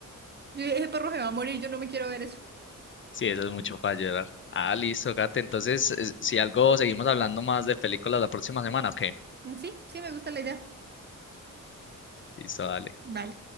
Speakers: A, on the right (about 30°); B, on the left (about 40°).
A: Yo dije, ese perro se va a morir, yo no me quiero ver eso.
B: sí, eso es mucho para llorar. Ah, listo, Gate. Entonces, eh, si algo, seguimos hablando más de películas la próxima semana, ¿o qué?
A: Mm, Sí, sí, me gusta la idea.
B: Listo, dale.
A: Vale.